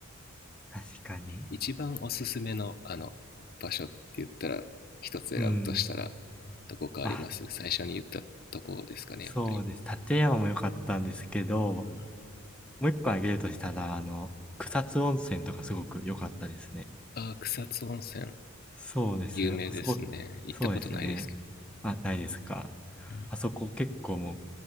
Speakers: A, in the centre; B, on the left.
A: 確かに。
B: 一番おすすめのあの場所って言ったら一つ選ぶとしたら
A: うん。
B: どこかあります最初に言ったとこですかねやっぱり
A: あ、そうです。立山も良かったんですけど、
B: うん。
A: もう一個挙げるとしたら、あの、草津温泉とかすごく良かったですね。
B: あ草津温泉
A: そうです。
B: 有名ですね行ったことないですけ
A: あそこ、そうですね。あ、ないですか。
B: ど
A: あそこ結構も